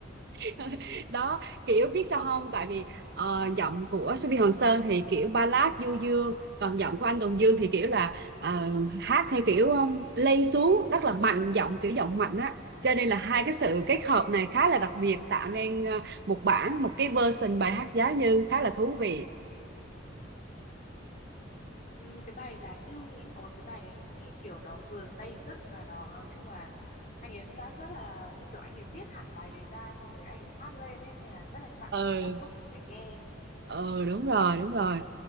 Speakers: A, on the right (about 55°); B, on the left (about 40°).
A: <laughs> đó kiểu biết sao không tại vì ờ, giọng của Subi Hoàng Sơn thì kiểu ballad du dương còn giọng của anh Tùng Dương thì kiểu là ờ, hát theo kiểu um, lay xuống rất là mạnh giọng kiểu giọng mạnh á cho nên là hai cái sự kết hợp này khá là đặc biệt tạo nên ờ, một bản một cái version bài hát giá như khá là thú vị
B: Ừm, cái bài Giá Như, ấy- ôi cái bài đấy em nghe kiểu nó vừa day dứt và nó nói chung là anh ấy đã rất là như kiểu anh ấy viết hẳn bài đấy ra xong rồi anh ấy hát lên ấy nên là rất là chạm
A: ừ
B: đến cảm xúc của người nghe.
A: ừ đúng rồi đúng rồi